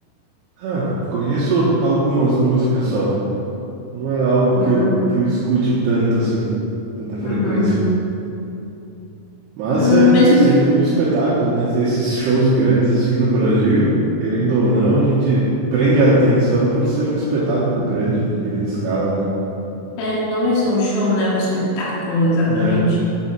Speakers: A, on the right; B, on the left.
A: Ah, conheço algumas músicas só. Não é algo
B: Hum,
A: que eu, que eu escute tanto assim, tanta frequência.
B: uhum.
A: Mas
B: Hum,
A: é
B: mas
A: sempre
B: o que...
A: um espetáculo, né? Ter esses shows grandes assim no Brasil, querendo ou não, a gente prende a atenção por ser um espetáculo grande, de grande escala, né?
B: é, não é só um show, né? É um espetáculo, exatamente.
A: Né?